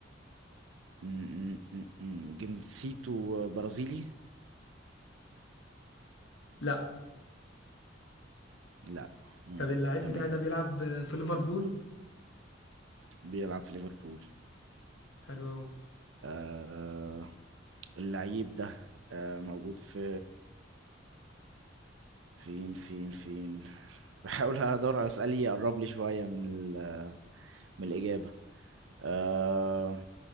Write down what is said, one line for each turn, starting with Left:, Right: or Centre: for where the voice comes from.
Right: م- م- م- م. جنسيته برازيلي
Left: لا
Right: لا م.
Left: طب اللعيب
Right: تمام
Left: بتاعي ده بيلعب آه، في ليفربول
Right: بيلعب في ليفربول
Left: حلو أوي
Right: آه اللعيب ده آه موجود في فين فين فين <laughs> بحاول ادور على اسئله يقرب لي شويه من ال... من الاجابه آه